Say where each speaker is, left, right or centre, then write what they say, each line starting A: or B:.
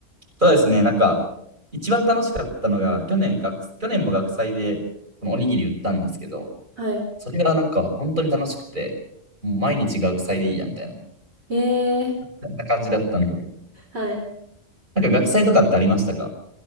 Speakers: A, on the right; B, on the right.
A: そうですね。なんか、一番楽しかったのが、去年学、去年も学祭で、このおにぎり売ったんですけど、
B: はい。
A: それがなんか本当に楽しくて、もう毎日学祭でいいや、みたいな、
B: へえ。
A: そんな感じだったんで。
B: はい。
A: なんか学祭とかってありましたか